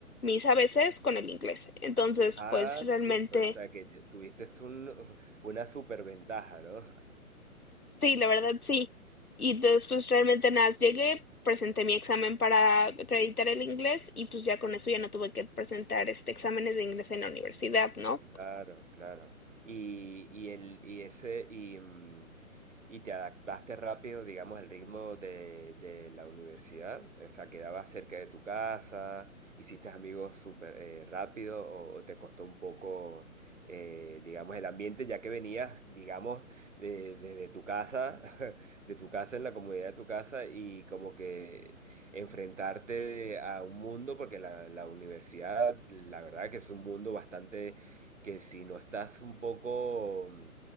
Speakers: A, on the left; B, on the right.
A: mis a ABCs con el inglés. Entonces,
B: Ah,
A: pues realmente,
B: súper, o sea que ya tuviste un, una superventaja, ¿no?
A: sí, la verdad sí. Y entonces, pues realmente nada, más llegué, presenté mi examen para acreditar el inglés y pues ya con eso ya no tuve que presentar este exámenes de inglés en la universidad, ¿no?
B: Claro, claro. Y, y el, y ese, y, mm, y te adaptaste rápido, digamos, al ritmo de, de la universidad. O sea, quedabas cerca de tu casa, hiciste amigos súper eh, rápido, o, o te costó un poco, eh, digamos, el ambiente, ya que venías, digamos, de- desde tu casa, <laughs> de tu casa en la comodidad de tu casa, y como que enfrentarte a un mundo, porque la, la universidad, la verdad que es un mundo bastante que si no estás un poco mm,